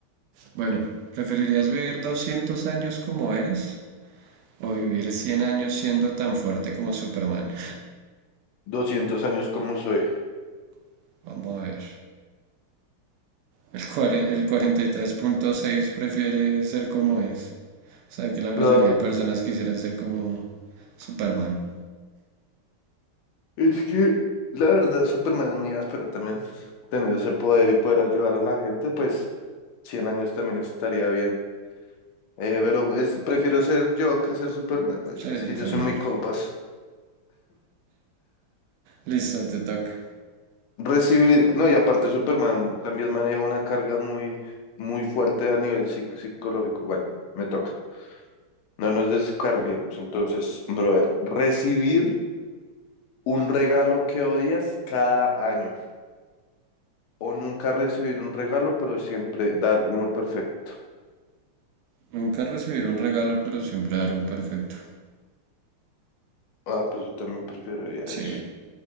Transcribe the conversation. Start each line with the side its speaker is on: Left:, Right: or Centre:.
Right: Bueno, ¿preferirías vivir 200 años como eres o vivir 100 años siendo tan fuerte como Superman?
Left: 200 años como soy.
Right: <laughs> Vamos a ver. El, cuare- el cuarenta y tres punto seis prefiere ser como es. O sea, que la mayoría
Left: Claro.
Right: de personas quisieran ser como Superman.
Left: Es que la verdad Superman es muy áspero también. Tener ese poder y poder ayudar a la gente, pues 100 años también estaría bien. Eh, pero es- prefiero ser yo que ser Superman. marica,
Right: Sí,
Left: Es
Right: yo
Left: que
Right: también.
Left: yo soy muy copas.
Right: Listo, te toca.
Left: Recibir, no, y aparte Superman también maneja una carga muy, muy fuerte a nivel psic- psicológico. Bueno, me toca. No nos descarguemos. Entonces, brother, recibir un regalo que odias cada año. O nunca recibir un regalo, pero siempre dar uno perfecto.
Right: Nunca recibir un regalo, pero siempre dar un perfecto.
Left: Ah, pues yo también preferiría
Right: Sí,
Left: eso.